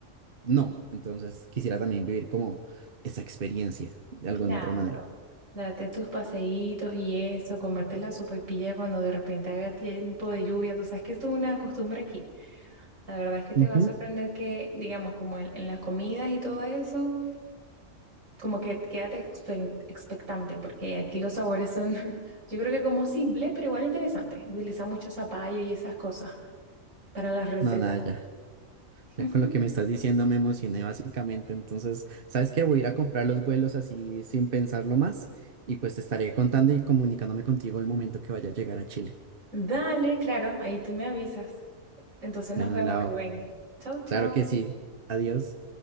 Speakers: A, on the right; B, on the right.
A: no, entonces quisiera también vivir como esa experiencia de alguna
B: Claro.
A: otra manera.
B: Date tus paseitos y eso, comerte la sopaipilla cuando de repente haga tiempo de lluvia. Tú sabes que esto es una costumbre aquí. La verdad es que te
A: Ujú.
B: va a sorprender que, digamos, como en, en las comidas y todo eso. como que quédate expe- expectante, porque aquí los sabores son, <laughs> yo creo que como simple, pero igual interesante. Utilizan mucho zapallo y esas cosas para las recetas.
A: No, nada, ya,
B: <laughs>
A: ya con lo que me estás diciendo me emocioné básicamente, entonces, ¿sabes qué? Voy a ir a comprar los vuelos así sin pensarlo más y pues te estaré contando y comunicándome contigo el momento que vaya a llegar a Chile.
B: Dale, claro, ahí tú me avisas. Entonces
A: Bueno,
B: nos vemos,
A: Lau,
B: Rubén. Chau, chau.
A: Claro que sí. Adiós.